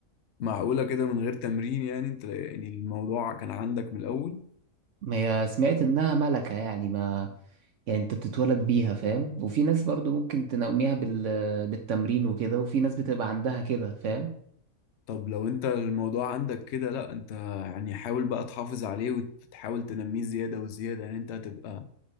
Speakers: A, on the left; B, on the right.
A: معقولة كده من غير تمرين يعني انت يعني الموضوع كان عندك من الاول
B: ما هي سمعت إنها ملكة يعني ما يعني انت بتتولد بيها فاهم وفي ناس برضو ممكن تنميها بال... بالتمرين وكده وفي ناس بتبقى عندها كده فاهم
A: طب لو انت الموضوع عندك كده لا انت يعني حاول بقى تحافظ عليه وتحاول تنميه زيادة وزيادة يعني انت هتبقى